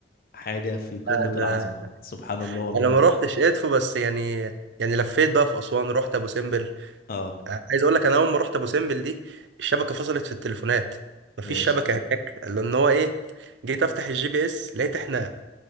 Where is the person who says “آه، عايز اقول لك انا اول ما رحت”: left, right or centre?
Right